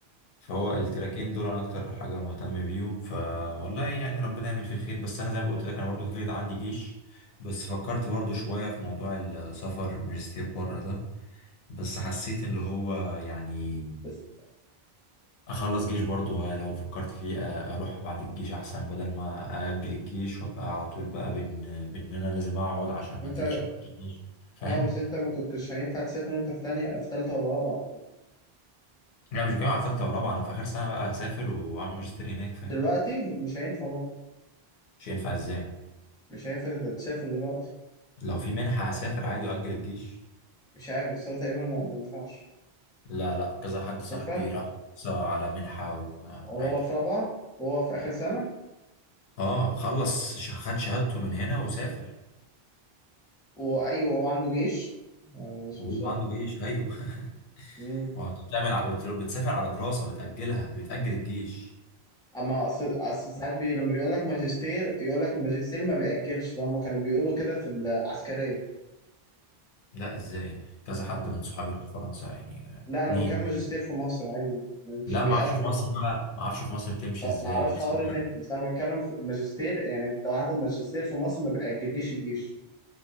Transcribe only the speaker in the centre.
بس
انت
اه بس انت ما كنتش هينفع تسافر وانت في تانية في تالتة ولا رابعة
دلوقتي مش هينفع برضه
مش هينفع تت- تسافر دلوقتي
مش عارف بس هو تقريبا لا ما ينفعش
ينفع
وهو في رابعة وهو في آخر سنة
وأيوه هو عنده جيش آه، بس
مش عارف.
مم.
أما أصل أصل ساعات بي... لما بيقول لك ماجستير يقول لك الماجستير ما بيأجلش ده هما كانوا بيقولوا كده في العسكرية
لا أنا
بكمل ماجستير في مصر عادي ما- مش
بيأجل
ما
اعرفش
حوار المنح بس انا بتكلم في الماجستير يعني لو هاخد ماجستير في مصر ما بيأجليش الجيش